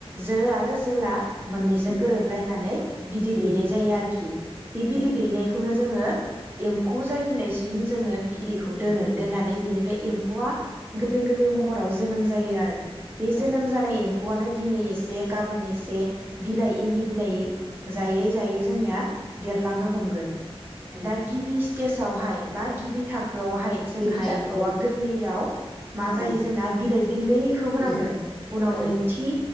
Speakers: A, on the right; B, in the centre.
A: जो आरो जेला मोननैजों
B: उम,
A: गोरोबलायनानै बिदै
B: उम,
A: दैनाय जायो आरोखि बे बिदै
B: औ
A: दैनायखौनो जोङो एम्फौ जायगिनायसिम जोङो बिदैखौ दोनो दोननानै बेनिफ्राय एम्फौआ गोरलै गोरलै महराव जोनोम जायो आरो। बे जोनोम
B: औ उम,
A: जानाय एम्फौ <unintelligible> आनो दिनै एसे गाबोन एसे बिलाइ इन्दि बिलाइ जायै जायै जोंनिया। देरलांनो हमगोन
B: उम.
A: दा गिबि। केसआव गिबि थाखो। हाइ जोंहा
B: गिबि थाखो
A: एम्फौआ गोरलैयाव मा
B: औ
A: जायो जोंना बिलाइ गोरलैखौ होनांगोन
B: बिलाइ-
A: उनावै
B: औ